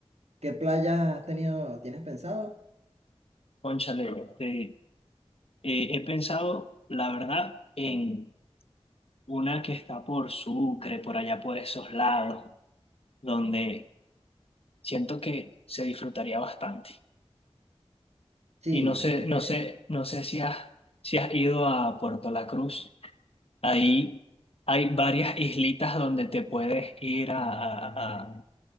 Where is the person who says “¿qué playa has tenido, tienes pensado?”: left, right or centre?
Right